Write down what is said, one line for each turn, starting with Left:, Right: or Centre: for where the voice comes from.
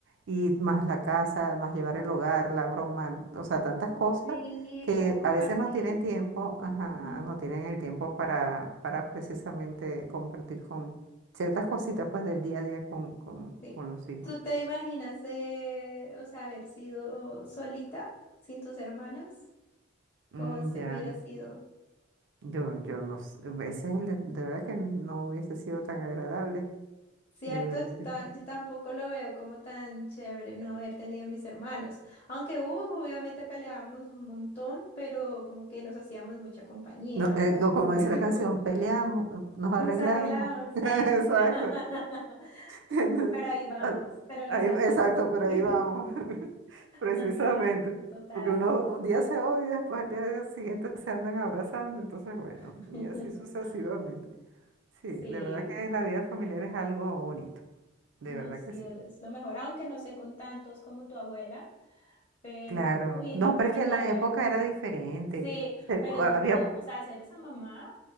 Right: y más la casa, más llevar el hogar, la broma, o sea, tantas cosas
Left: Sí,
Right: que
Left: como compartir.
Right: a veces no tienen tiempo, ajá,
Left: Ujú,
Right: no tienen el tiempo para, para precisamente compartir ciertas cositas pues del día a día con, con,
Left: Sí.
Right: con los hijos.
Left: ¿Tú te imaginas, eh, o sea, haber sido solita sin tus hermanos? ¿Cómo
Right: Mm,
Left: se-
Right: ya,
Left: hubiera sido?
Right: yo, yo no sé, ese es el, de de verdad que no hubiese sido tan agradable,
Left: Cierto,
Right: de verdad
Left: yo,
Right: que
Left: ta-
Right: sí.
Left: yo tampoco lo veo como tan chévere no haber tenido mis hermanos. Aunque hubo, obviamente peleábamos un montón, pero como que nos hacíamos mucha compañía
Right: No,
Left: a la
Right: eh,
Left: vez.
Right: o como dice
Left: <laughs>
Right: la canción, peleamos, nos arreglamos.
Left: Nos arreglamos.
Right: <laughs> Exacto.
Left: a eso. <laughs>
Right: Entonces,
Left: Pero ahí vamos,
Right: ah,
Left: pero nos
Right: ahí-
Left: amamos.
Right: exacto, pero
Left: <laughs>
Right: ahí vamos, <laughs> precisamente.
Left: Total, total.
Right: Porque uno un día se odia y después al día siguiente se andan abrazando, entonces bueno,
Left: <laughs>
Right: y así sucesivamente. Sí,
Left: Sí,
Right: de verdad que la vida familiar es algo bonito. De
Left: no,
Right: verdad
Left: sí
Right: que sí.
Left: es lo mejor, aunque no sé con tantos como tu abuela, pero,
Right: Claro.
Left: uy,
Right: No,
Left: no, pobre
Right: pero es que
Left: tu
Right: la
Left: abuela.
Right: época era diferente.
Left: Sí,
Right: Se-
Left: pero duro,
Right: había,
Left: o sea, ser esa mamá,